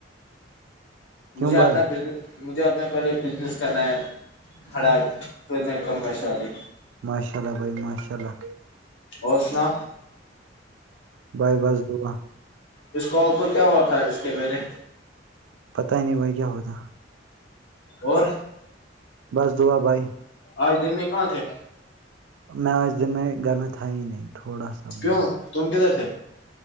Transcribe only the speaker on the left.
مجھے اپنا
دل مجھے اپنے پہلے بزنس کرنا ہے کھڑا پھر میں کروں گا شادی
اور سنا
اس کال کو کیا ہو تھا اس کے پلے
اور
آج دن میں کواں تھے
کیوں
تم کیدھر سے